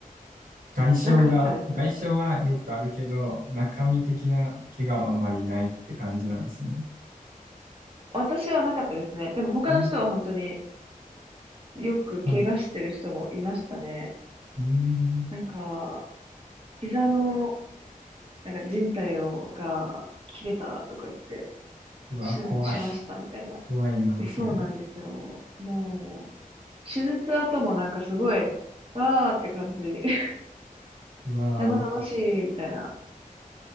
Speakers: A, on the right (about 75°); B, on the right (about 40°).
A: 外傷が、
B: なかったですね。
A: 外傷はよくあるけど、中身的な怪我はあんまりないって感じなんですね。
B: 私はなかったですね。でも他の人は本当に
A: うん、
B: よく怪我してる人もいましたね。
A: はい。うーん。
B: なんか、膝の、なんか靭帯をが切れたとか言って、
A: うわ、
B: 手術しましたみたいな。
A: 怖い。怖いな、
B: いやそうなんですよ。
A: それ。
B: もう、手術後もなんかすごい、わーって感じ。<laughs>
A: うわ、
B: 生々しいみたいな。